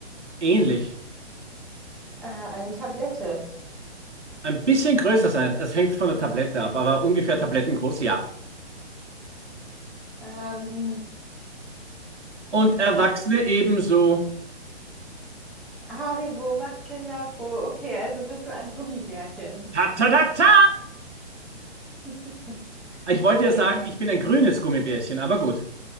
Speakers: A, on the right; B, in the centre.
A: Ähnlich.
B: Äh, eine Tablette.
A: Ein bisschen größer sein. Es hängt von der Tablette ab, aber ungefähr tablettengroß, ja.
B: Ähm,
A: Und
B: was gibt's
A: Erwachsene
B: denn denn?
A: ebenso.
B: Haribo macht Kinder froh. Okay, also bist du ein Gummibärchen.
A: Ta-ta-ta-ta!
B: <laughs>
A: Ich wollte
B: Okay,
A: ja sagen, ich bin ein grünes Gummibärchen, aber gut.